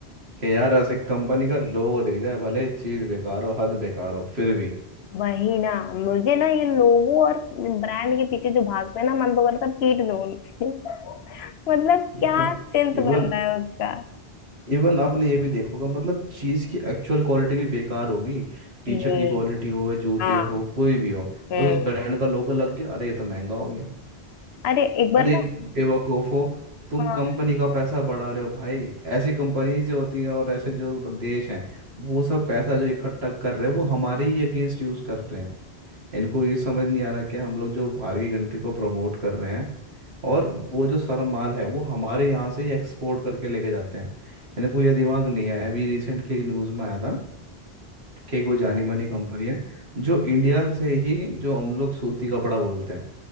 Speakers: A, on the right (about 80°); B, on the left (about 75°).
A: कि यार ऐसी कंपनी का लोगो दिख जाए भले चीज बेकार हो हद बेकार हो फिर भी
B: वही ना मुझे ना ये लोगो और ब्रांड के पीछे जो भागते हैं ना मन तो करता है पीट दो उनको <laughs> मतलब क्या
A: तो
B: सेंस
A: इवन
B: बन रहा है उसका
A: इवन आपने ये भी देखोगा मतलब चीज की एक्चुअल क्वालिटी भी बेकार होगी टी
B: ये
A: शर्ट की क्वालिटी हो जूते
B: हाँ
A: हो कोई भी हो
B: हम्म
A: बस उस ब्रांड का लोगो लग गया अरे ये तो महंगा हो गया
B: अरे एक बार
A: अरे
B: ना
A: बेवकूफो तुम
B: हाँ
A: कंपनी का पैसा बढ़ा रहे हो भाई ऐसी कंपनीज जो होती हैं और ऐसे जो देश हैं वो सब पैसा जो इकट्ठा कर रहे हैं वो हमारे ही अगेंस्ट यूज कर रहे हैं इनको ये समझ नहीं आ रहा कि हम लोग जो बाहर की कंट्री को प्रमोट कर रहे हैं और वो जो सारा माल है वो हमारे यहाँ से ही एक्सपोर्ट करके लेके जाते हैं इनको ये दिमाग नहीं है अभी रिसेंट की एक न्यूज़ में आया था कि एक वो जानी मानी कंपनी है जो इंडिया से ही जो हम लोग सूती कपड़ा बोलते हैं